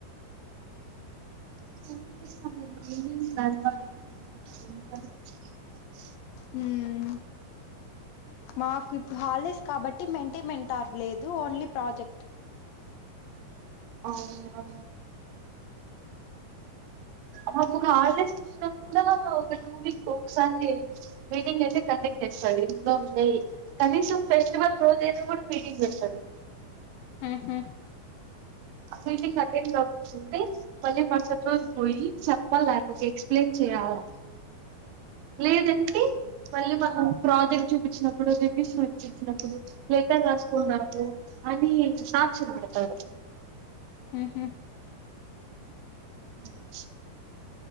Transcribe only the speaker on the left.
హ్మ్ మాకు ఇప్పుడు హల్ డేస్ కాబట్టి మెయింటైన్మెంటారు లేదు ఓన్లీ ప్రాజెక్ట్
బ్లాంక్
ఉహు
బ్లాంక్
ఉహ్